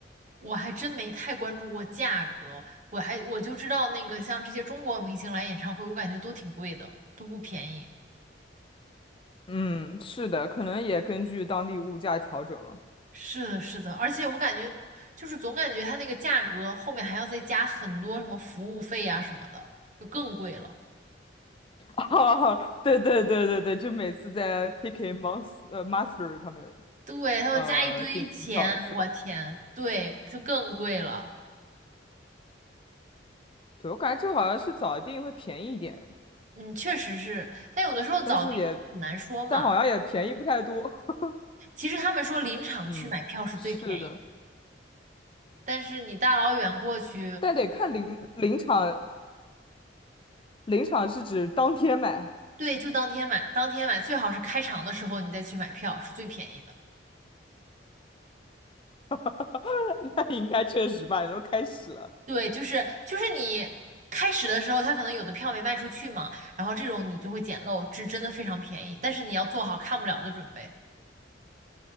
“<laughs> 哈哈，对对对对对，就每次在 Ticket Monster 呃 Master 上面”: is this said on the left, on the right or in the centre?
Left